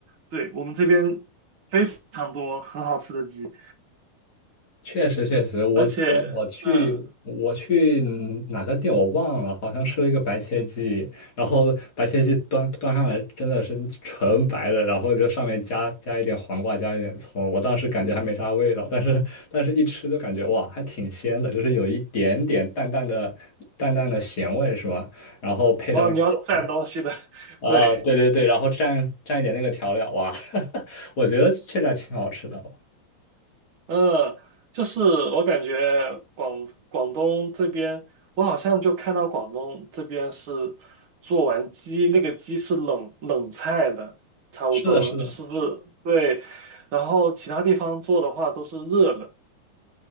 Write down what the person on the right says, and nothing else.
对，我们这边非常多很好吃的鸡。
而且，嗯、
哦，你要蘸东西的，<laughs>
对，
嗯，就是我感觉广广东这边，我好像就看到广东这边是做完鸡，那个鸡是冷冷菜的，差不多就是不是对，
然后其他地方做的话都是热的。